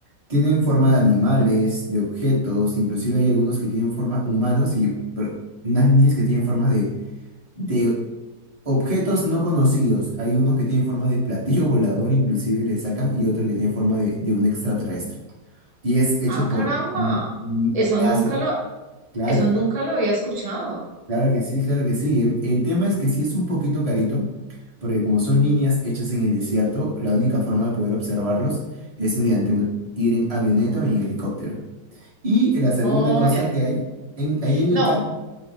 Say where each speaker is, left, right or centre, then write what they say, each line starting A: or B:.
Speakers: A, on the right; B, on the right.
A: tienen forma de animales, de objetos, inclusive hay algunos que tienen forma humanos y per- unas líneas que tienen forma de, de Objetos no conocidos. Hay unos que tienen forma de platillo <laughs> volador, inclusive le sacan, y otro que tiene forma de, de un extraterrestre. Y es hecho
B: Ah,
A: por...
B: caramba.
A: mm, mm,
B: Eso nunca
A: hace,
B: lo,
A: claro,
B: eso nunca lo había escuchado.
A: claro que sí, claro que sí. El, el tema es que sí es un poquito carito, porque como son líneas hechas en el desierto, la única forma de poder observarlos es mediante un- ir en avioneta o en helicóptero. Y la segunda
B: Oh,
A: cosa
B: ya entiendo.
A: que hay, en, ahí en Ica,
B: No,